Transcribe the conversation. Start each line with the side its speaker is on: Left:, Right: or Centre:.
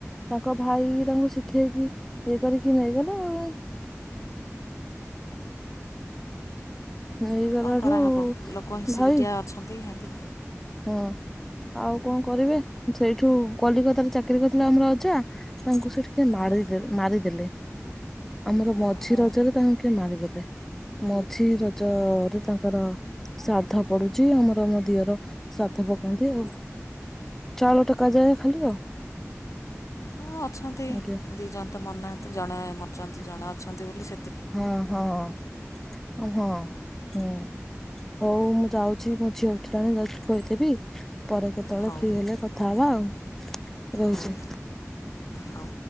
Centre: ତାଙ୍କ ଭାଇ ଇ ରା ଙ୍କୁ ଶିଖେଇକି ଇଏ କରିକି ନେଇଗଲେ ଆଉ। ନେଇଗଲାଠୁ
Left: କଣ କରାହବ ଲୋକ ହିଂସୀକିଟିଆ
Centre: ଭାଇ
Left: ଅଛନ୍ତି ହେନ୍ତି।
Centre: ହଁ ଆଉ କଣ କରିବେ ସେଇଠୁ କଲିକତାରେ ଚାକିରି କରିଥିଲେ ଆମର ଅଜା ତାଙ୍କୁ ସେଠି କିଏ
Left: ହଁ
Centre: ମାଡିଦେ ମାରିଦେଲେ ଆମର ମଝି
Left: ଓହୋ
Centre: ରଜରେ ତାଙ୍କୁ କିଏ ମାରିଦେଲେ। ମଝି ରଜରେ ତାଙ୍କର ଶ୍ରାଦ୍ଧ ପଡୁଚି। ଆମର ମୋ ଦିଅର ଶ୍ରାଦ୍ଧ ପକାନ୍ତି ଆଉ। ଚାଉଳ ଟେକା ଯାଏ ଖାଲି ଆଉ।
Left: ହଁ ଅଛନ୍ତି
Centre: ଆଜ୍ଞା
Left: ଦିଇଜଣ ତ ମରି ନାହାନ୍ତି। ଜଣେ ମରିଛନ୍ତି ଜଣେ ଅଛନ୍ତି ବୋଲି ସେ-
Centre: ହଁ ହଁ ହଁ। ହୁଁ ହଉ ମୁଁ ଯାଉଛି ମୋ ଝିଅ ଉଠିଲାଣି ଯାଉଛି ଖୁଆଇ ଦେବି। ପରେ କେତେବେଳେ
Left: ହଉ
Centre: ଫ୍ରି ହେଲେ କଥା ହବା ଆଉ। ରହୁଛି।
Left: ହଉ ହଉ